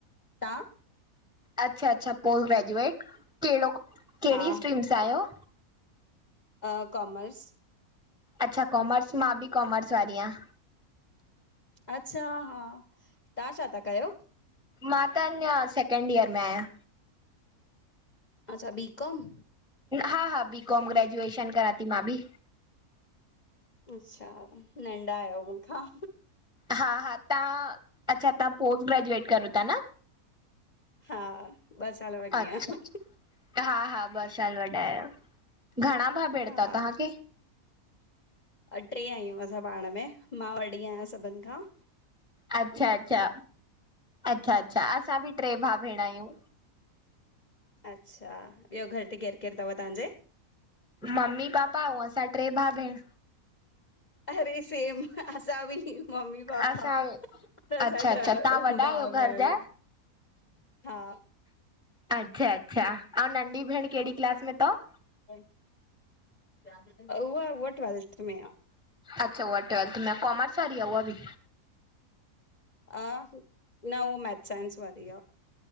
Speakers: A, on the left; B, in the centre.
A: तां
B: अच्छा अच्छा पोस्ट ग्रेजुएट, केॾो कहिड़ी
A: हा
B: स्ट्रीम सां आयो?
A: हा कॉमर्स
B: अच्छा कॉमर्स, मां भी कॉमर्स वारी आयां।
A: अच्छा हा तां छा था कयो?
B: मां त अञा सैकेंड इयर में आहियां।
A: अच्छा बी-कॉम
B: हा हा बी-कॉम ग्रेजुएशन करा थी मां भी।
A: अच्छा नंढा आयो मुखां।
B: हा हा तां, अच्छा तां पोस्ट ग्रेजुएट करो था न?
A: हा ॿ साल वॾी
B: अच्छा
A: आयां।
B: अच्छा, हा हा ॿ साल वॾा आहियो। घणा भा भेण
A: हा।
B: थव तां खे?
A: अ टे आहियूं असां पाण में, मां वॾी आहियां सभिन खां।
B: अच्छा अच्छा, अच्छा अच्छा, असां भी टे भा भेण आहियूं।
A: अच्छा, ॿियो घर ते केर केर थव तांजे?
B: मम्मी पापा अउं असां टे भा भेण।
A: अरे सेम असां भी मम्मी पापा
B: असां
A: त असा
B: अच्छा अच्छा
A: टे
B: तव्हां वॾा आहियो
A: भा
B: घर
A: भेण।
B: जा?
A: हा!
B: अच्छा अच्छा, अउं नंढी भेण केड़ी क्लास में थव?
A: उहा, उहा ट्वेल्थ में आ।
B: अच्छा उहा ट्वैेल्थ में आ। कॉमर्स वारी आ उहा भी?
A: आ न हू मैथ साइंस वारी आ।